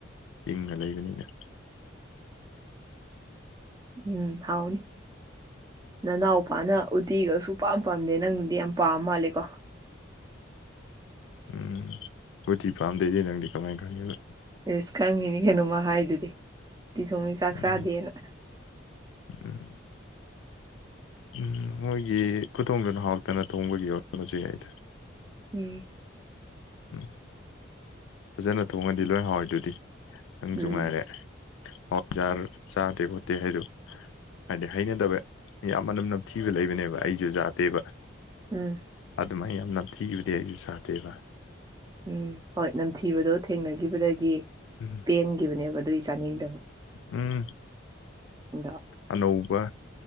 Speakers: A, on the left (about 80°); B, on the right (about 20°).
A: ꯏꯪꯅ ꯂꯩꯕꯅꯤꯅ
B: ꯎꯝ ꯍꯥꯎꯅꯤ ꯅꯅꯥꯎꯄꯥꯅ ꯎꯇꯤꯒꯁꯨ ꯄꯥꯝ ꯄꯥꯝꯗꯦ ꯅꯪꯅꯗꯤ ꯌꯥꯝ ꯄꯥꯝ ꯃꯥꯜꯂꯦꯀꯣ
A: ꯎꯝ ꯎꯇꯤ ꯄꯥꯝꯗꯦꯗꯤ ꯅꯪꯗꯤ ꯀꯃꯥꯏ ꯈꯪꯉꯤꯕ
B: ꯏꯁ ꯈꯪꯉꯤꯅꯤ ꯀꯩꯅꯣꯃ ꯍꯥꯏꯗꯨꯗꯤ ꯎꯇꯤ ꯊꯣꯡꯉꯗꯤ ꯆꯥꯛ ꯆꯥꯗꯦꯅ
A: ꯎꯝ ꯎꯝ ꯎꯝ ꯃꯣꯏꯒꯤ ꯈꯨꯊꯣꯡꯗꯨꯅ ꯍꯥꯎꯇꯅ ꯊꯣꯡꯕꯒꯤ ꯑꯣꯏꯔꯝꯕꯁꯨ ꯌꯥꯏꯗ
B: ꯎꯝ
A: ꯎꯝ ꯐꯖꯅ ꯊꯣꯡꯉꯗꯤ ꯂꯣꯏ ꯍꯥꯎꯋꯦ ꯑꯗꯨꯗꯤ ꯅꯪꯁꯨꯉꯥꯏꯔꯦ
B: ꯎꯝ
A: ꯑꯣꯈꯟ ꯆꯥꯗꯦ ꯈꯣꯠꯇꯦ ꯍꯥꯏꯗꯣ ꯍꯥꯏꯗꯤ ꯍꯩꯅꯗꯕ ꯌꯥꯝ ꯃꯅꯝ ꯅꯝꯊꯤꯕ ꯂꯩꯕꯅꯦꯕ ꯑꯩꯁꯨ ꯆꯥꯗꯦꯕ
B: ꯎꯝ
A: ꯑꯗꯨꯃꯥꯏꯅ ꯌꯥꯝ ꯅꯝꯊꯤꯈꯤꯕꯗꯤ ꯑꯩꯁꯨ ꯆꯥꯗꯦꯕ
B: ꯎꯝ ꯍꯣꯏ ꯅꯝꯊꯤꯕꯗꯣ ꯊꯦꯡꯅꯈꯤꯕꯗꯒꯤ
A: ꯎꯝ
B: ꯄꯦꯟꯈꯤꯕꯅꯦꯕ ꯑꯗꯨꯏ ꯆꯥꯅꯤꯡꯗꯕ
A: ꯎꯝ
B: ꯎ
A: ꯑꯅꯧꯕ